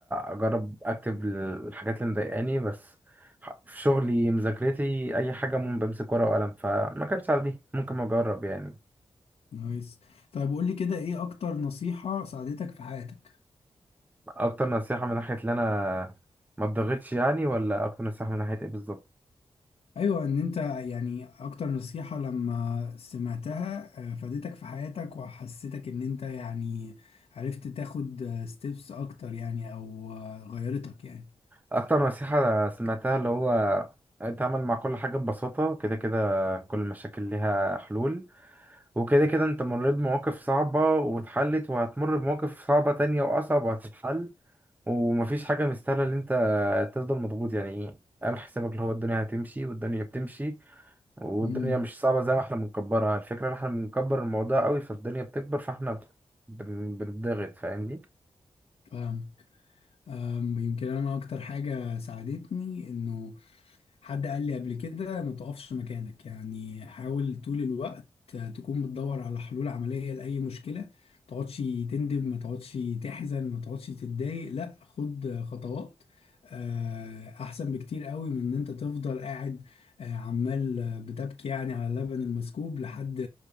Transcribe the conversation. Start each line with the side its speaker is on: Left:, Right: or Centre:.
Right: اجرب اكتب الحاجات اللي مضايقاني بس ح- في شغلي مذاكرتي اي حاجة مم بمسك ورقة وقلم فما كانتش على دي ممكن ما اجرب يعني
Left: نايس طيب قول لي كده ايه اكتر نصيحة ساعدتك في حياتك
Right: اكتر نصيحة من ناحية ان انا ما اتضغطش يعني ولا اكتر نصيحة من ناحية ايه بالظبط
Left: ايوه ان انت يعني اكتر نصيحة لما سمعتها آه، فادتك في حياتك وحسيتك ان انت يعني عرفت تاخد ستيبس اكتر يعني او آه، غيرتك يعني
Right: اكتر نصيحة سمعتها اللي هو اتعامل مع كل حاجة ببساطة كده كده كل المشاكل ليها حلول وكده كده انت مريت بمواقف صعبة واتحلت وهتمر بمواقف صعبة تانية واصعب وهتتحل ومفيش حاجة مستاهلة ان انت تفضل مضغوط يعني ايه اعمل حسابك اللي هو الدنيا هتمشي والدنيا بتمشي والدنيا
Left: امم
Right: مش صعبة زي ما احنا بنكبرها الفكرة ان احنا بنكبر الموضوع قوي فالدنيا بتكبر فاحنا بن- بنضغط فاهمني
Left: فاهم أم، يمكن انا اكتر حاجة ساعدتني انه حد قال لي قبل كده ما تقفش مكانك يعني حاول طول الوقت تكون بتدور على حلول عملية لأي مشكلة ما تقعدش تندب ما تقعدش تحزن ما تقعدش تتضايق لا خد خطوات آه، أحسن بكتير قوي من إن أنت تفضل قاعد آه، عمال بتبكي يعني على اللبن المسكوب لحد